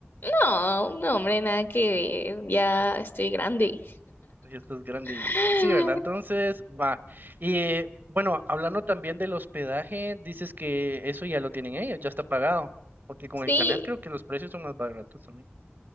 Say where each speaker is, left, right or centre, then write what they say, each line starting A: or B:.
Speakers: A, on the left (about 60°); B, on the right (about 50°).
A: No, no, hombre, nada que ver, ya estoy grande.
B: Ya estás grande
A: <laughs>
B: y sí, ¿verdad? Entonces, va. Y eh, bueno, hablando también del hospedaje, dices que eso ya lo tienen ellos, ya está pagado. Porque con el
A: Sí,
B: canal creo que los precios son más baratos también.